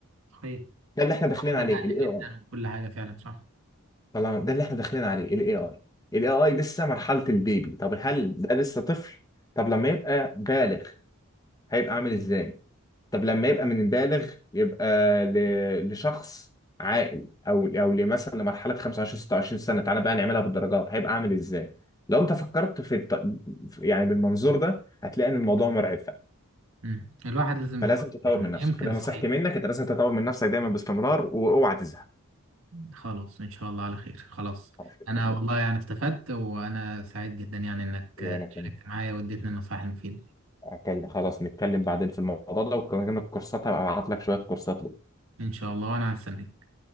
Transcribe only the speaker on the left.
ده اللي احنا داخلين
عليه
الاي
اي
طبعا ده اللي احنا داخلين عليه الاي اي الاي اي لسه مرحلة البيبي طب هل ده لسه طفل طب لما يبقى بالغ هيبقى عامل ازاي طب لما يبقى من البالغ يبقى ل... لشخص عاقل او او مثلا لمرحله 25 26 سنه تعالى بقى نعملها بالدرجات هيبقى عامل ازاي لو انت فكرت في الت... في- يعني بالمنظور ده هتلاقي ان الموضوع مرعب فعلا
فلازم
تطور
من نفسك
فده
نصيحتي منك انت لازم تطور من نفسك دايما باستمرار واوعى تزهق
عارف الكلام.
وانا كنت
أكل... خلاص نتكلم بعدين في الموضوع ده وكمان الكورسات هبقى ابعت لك شويه كورسات